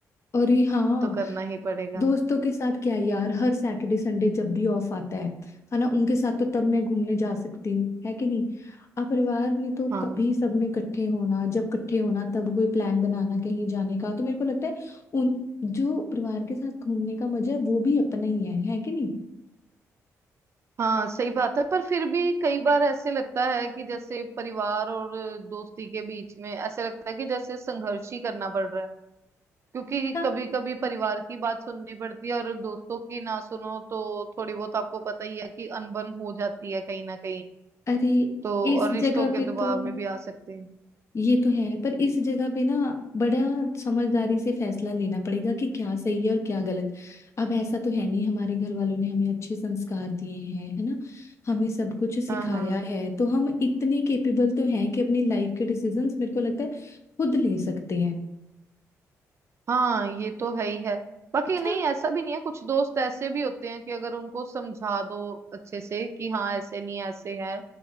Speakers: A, on the left; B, on the right.
A: अरे हाँ
B: तो करना ही पड़ेगा
A: दोस्तों के साथ क्या यार हर सैटरडे संडे जब भी ऑफ आता है है ना उनके साथ तो तब मैं घूमने जा सकती हूँ है कि नहीं अब परिवार में तो
B: हाँ
A: कभी सबने इकट्ठे होना जब इकट्ठे होना तब कोई प्लान बनाना कहीं जाने का तो मेरे को लगता है उन जो परिवार के साथ घूमने का मजा है वो भी अपना ही है है कि
B: हाँ सही बात है पर फिर भी कई बार ऐसे लगता है कि जैसे परिवार और दोस्ती के बीच में ऐसे लगता है कि जैसे संघर्ष ही करना पड़ रहा है क्योंकि
A: नहीं
B: कभी कभी परिवार की बात सुननी पड़ती है और दोस्तों की ना सुनो तो थोड़ी बहुत आपको पता ही है कि अनबन हो जाती है कहीं ना कहीं
A: अरे
B: तो और
A: इस
B: रिश्तों
A: जगह
B: के
A: पे
B: दबाव
A: तो
B: में भी आ सकते हैं
A: ये तो है पर इस जगह पे ना बड़ा समझदारी से फैसला लेना पड़ेगा कि क्या सही है और क्या गलत अब ऐसा तो है नहीं हमारे घर वालों ने हमें अच्छे संस्कार दिए हैं है ना हमें सब कुछ सिखाया
B: हाँ हाँ
A: है तो हम इतने केपेबल तो हैं कि अपनी लाइफ के डिसीजंस मेरे को लगता है खुद ले सकते हैं
B: हाँ ये तो है ही है बाकी
A: अच्छा
B: नहीं ऐसा भी नहीं है कुछ दोस्त ऐसे भी होते हैं कि अगर उनको समझा दो अच्छे से कि हाँ ऐसे नहीं ऐसे है